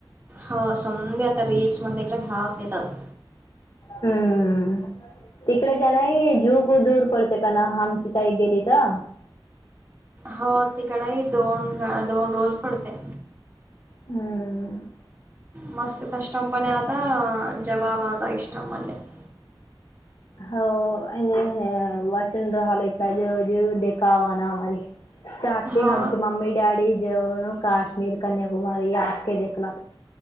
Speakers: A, on the right; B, on the left.
A: हो संमधी आता रीलल्स मल्या हास येतात
B: हम्म तिकडे जाण जू <inaudible> खू दूर पडते का आमची तई गेली तर <inaudible>
A: हो तिकडेही दोन दोन रोज पडते.
B: हम
A: मस्त कष्ट पणे आता जवाब आता इष्टम मलेे <inaudible>
B: हो आणि वाचन राहाल इला ज जे देखा आवाना आमारी <inaudible> चाट
A: हो
B: हमची मममी ॅडी जेवन काशमीर कन्याकुमारी आख देखला <inaudible>